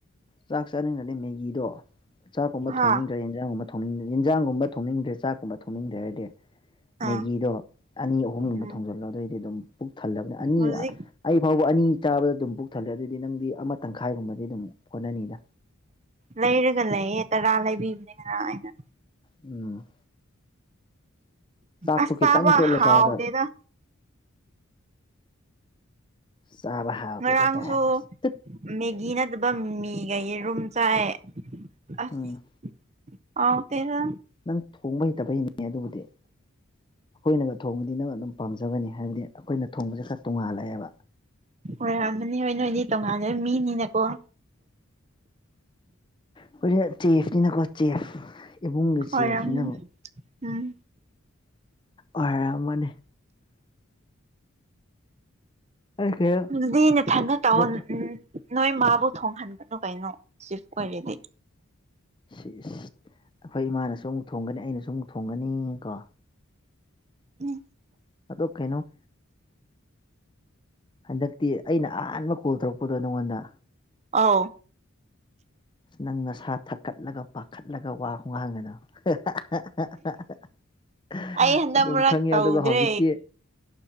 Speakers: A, on the left; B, on the right.
A: ꯆꯥꯛ ꯆꯥꯅꯤꯡꯗ꯭ꯔꯗꯤ ꯃꯦꯒꯤꯗꯣ ꯆꯥꯛꯀꯨꯝꯕ
B: ꯍꯥ
A: ꯊꯣꯡꯅꯤꯡꯗ꯭ꯔ ꯏꯟꯖꯥꯡꯒꯨꯝꯕ ꯊꯣꯡꯅꯤꯡ ꯏꯟꯖꯥꯡꯒꯨꯝꯕ ꯊꯣꯡꯅꯤꯡꯗ꯭ꯔꯦ ꯆꯥꯛꯀꯨꯝꯕ ꯊꯣꯡꯅꯤꯡꯗ꯭ꯔꯦ ꯍꯥꯏꯗꯤ ꯃꯦꯒꯤꯗꯣ
B: ꯑꯥ
A: ꯑꯅꯤ ꯑꯍꯨꯝꯒꯨꯝꯕ
B: ꯎꯝ
A: ꯊꯣꯡꯖꯤꯜꯂꯣ ꯑꯗꯨꯏꯗꯤ ꯑꯗꯨꯝ ꯄꯨꯛ ꯊꯜꯂꯕꯅꯤ ꯑꯅꯤ
B: ꯍꯧꯖꯤꯛ
A: ꯑꯩ ꯐꯥꯎꯕ ꯑꯅꯤ ꯆꯥꯕꯗ ꯑꯗꯨꯝ ꯄꯨꯛ ꯊꯜꯂꯦ ꯑꯗꯨꯗꯤ ꯅꯪꯗꯤ ꯑꯃ ꯇꯪꯈꯥꯏꯒꯨꯝꯕꯗꯤ ꯑꯗꯨꯝ ꯀꯣꯟꯅꯅꯤꯗ
B: ꯂꯩꯔꯒ ꯂꯩꯌꯦ ꯇꯔꯥ ꯂꯩꯕꯤꯕꯅꯦ ꯉꯔꯥꯡ ꯑꯩꯅ
A: ꯎꯝ ꯆꯥꯛꯇꯣ
B: ꯑꯁ ꯆꯥꯕ
A: ꯈꯤꯇꯪ ꯇꯣꯠꯂ
B: ꯍꯥꯎꯇꯦꯗ
A: ꯆꯥꯕꯗ ꯆꯥꯕ ꯍꯥꯎꯇꯦꯗ
B: ꯉꯔꯥꯡꯁꯨ
A: ꯀꯥꯏꯅ ꯇꯠ
B: ꯃꯦꯒꯤ ꯅꯠꯇꯕ ꯃꯤꯃꯤꯒ ꯌꯦꯔꯨꯝ ꯆꯥꯏꯌꯦ ꯑꯁ
A: ꯎꯝ
B: ꯍꯥꯎꯇꯦꯗ
A: ꯅꯪ ꯊꯣꯡꯕ ꯍꯩꯇꯕꯩꯅꯦ ꯑꯗꯨꯕꯨꯗꯤ ꯑꯩꯈꯣꯏꯅꯒ ꯊꯣꯡꯕꯗꯤ ꯅꯪ ꯑꯗꯨꯝ ꯄꯥꯝꯖꯒꯅꯤ ꯍꯥꯏꯕꯗꯤ ꯑꯩꯈꯣꯏꯅ ꯊꯣꯡꯕꯖꯦ ꯈꯔ ꯇꯣꯡꯉꯥꯜꯂꯛꯑꯦꯕ
B: ꯑꯣꯏꯔꯝꯃꯅꯤ ꯍꯣꯏ ꯅꯣꯏꯗꯤ ꯇꯣꯉꯥꯟꯗ ꯃꯤꯅꯤꯅꯀꯣ
A: ꯑꯈꯣꯏꯗꯤ ꯆꯦꯐꯅꯤꯅ ꯀꯣ ꯆꯦꯐ ꯏꯃꯨꯡꯒꯤ ꯆꯦꯐꯅꯤꯅꯕꯨ
B: ꯑꯣꯏꯔꯝꯃꯅꯤ ꯎꯝ
A: ꯑꯣꯏꯔꯝꯃꯅꯤ ꯑꯩ ꯀꯩꯅꯣ
B: ꯑꯗꯨꯗꯤ ꯅꯊꯟꯗ ꯇꯧ
A: ꯅꯣꯛ
B: ꯎꯝ ꯅꯣꯏ ꯃꯥꯕꯨ ꯊꯣꯡꯍꯟꯒꯅꯨ ꯀꯩꯅꯣ ꯆꯤꯐ ꯑꯣꯏꯔꯗꯤ
A: ꯁꯤꯁ ꯑꯩꯈꯣꯏ ꯏꯃꯥꯅꯁꯨ ꯑꯃꯨꯛ ꯊꯣꯡꯒꯅꯤ ꯑꯩꯅꯁꯨ ꯑꯃꯨꯛ ꯊꯣꯡꯒꯅꯤ ꯀꯣ
B: ꯎꯝ
A: ꯑꯗꯣ ꯀꯩꯅꯣ ꯍꯟꯗꯛꯇꯤ ꯑꯩꯅ ꯑꯍꯥꯟꯕ ꯀꯣꯜ ꯇꯧꯔꯛꯄꯗꯣ ꯅꯪꯉꯣꯟꯗ
B: ꯑꯧ
A: ꯅꯪ ꯅꯁꯥ ꯊꯛꯀꯠꯂꯒ ꯄꯥꯈꯠꯂꯒ ꯋꯥ ꯈꯨꯉꯥꯡꯒꯅꯣ <unintelligible>
B: ꯑꯩ
A: <unintelligible>
B: ꯍꯟꯗꯛ
A: ꯑꯗꯨꯝ
B: ꯃꯔꯛ
A: ꯈꯪꯉꯦ
B: ꯇꯧꯗ꯭ꯔꯦ
A: ꯑꯗꯨꯒ ꯍꯧꯖꯤꯛꯇꯤ